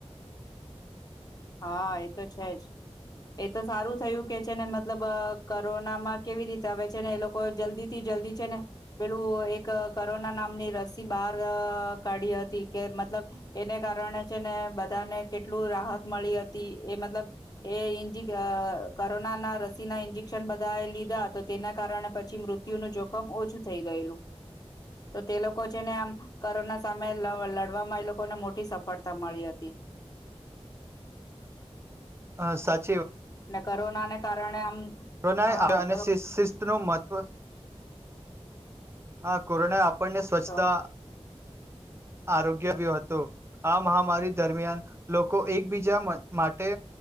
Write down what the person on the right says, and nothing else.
અ સાચ
પ્રનાય
આપે અને
શીશ શિસ્તનું મહત્ત્વ હા કોરોના આ આપણને સ્વચ્છતા
આરોગ્ય્યો બી હતો. આ મહામારી દરમિયાન લોકો એકબીજા મા માટે